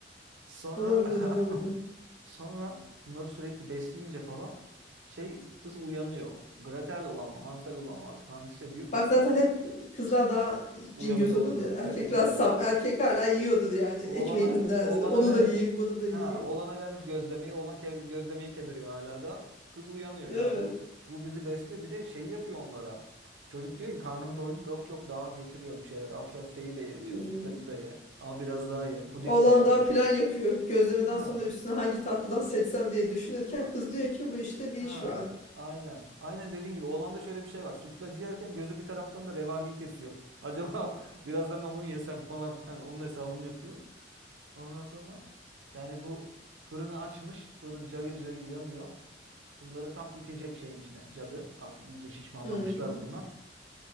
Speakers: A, on the right; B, on the left.
A: Sonra
B: Olabilir olabilir.
A: <laughs> sonra bunları sürekli besleyince falan şey kız uyanıyor. Gretel olan mı Hansel olan mı artık hangisi de diyor ki
B: Bak zaten hep kızlar daha
A: uyanık
B: cingöz
A: oluyor.
B: olur ya. Erkekler
A: Evet evet.
B: saf. Erkek hala yiyordur yani
A: Oğlana
B: ekmeğinin derdinde.
A: oğlana
B: Onu
A: vermiş.
B: da yiyeyim, bunu da yiyeyim.
A: Ha, oğlana vermiş gözlemeyi. Oğlan kez, gözlemeyi kemiriyor hala da. Kız uyanıyor.
B: Değil
A: Ya
B: mi?
A: bu bu bizi besliyor. Bir de şey yapıyor onlara. Çocuk diyor ki karnım doydu yok yok daha getiriyor bir şeyler. Aa köfteyi de ye
B: Hmm.
A: diyor. Sütlacı da ye. Aa biraz daha ye. Puding
B: Oğlan
A: de yaptım.
B: daha plan yapıyor. Gözlemeden
A: Ha.
B: sonra üstüne hangi tatlıdan seçsem diye düşünürken
A: a-
B: kız diyor ki bu işte bir
A: Ha.
B: iş var.
A: Aynen. Aynen dediğin gibi oğlanda şöyle bir şey var. Sütlacı yerken gözü bir taraftan da revaniyi kesiyor. Acaba <laughs> birazdan onu mu yesem falan. Hani onun hesabını yapıyor. Ondan sonra yani bu fırını açmış. Fırın cayır cayır yanıyor. Bunları tam itecek şeyin içine. Cadı. Artık iyice şişmanlamışlar
B: Hmm.
A: bunlar.